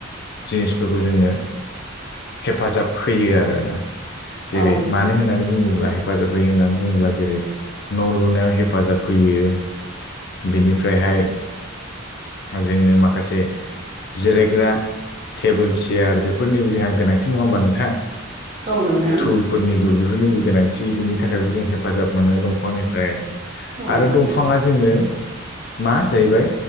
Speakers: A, on the left; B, on the right.
A: जिनिसफोरखौ जोंनो हेफाजाब होयो आरोना। जेरै
B: नोंथां
A: मानो होननानै बुङोब्ला हेफाजाब होयो होननानै बुङोब्ला जेरै न' लुनायाव हेफाजाब होयो। बिनिफ्रायहाय जोंनो माखासे जिरायग्रा टेबोल सियार बेफोरनिबो जोंहा गोनांथि नङा होमबा नोंथां?
B: औ नोंथां।
A: बेफोरनिबो बेफोरनिबो गोनांथि बिनि थाखायबो जों हेफाजाब मोनो दंफांनिफ्राय
B: औ
A: आरो
B: नोंथां
A: दंफाङा जोंनो मा जाहैबाय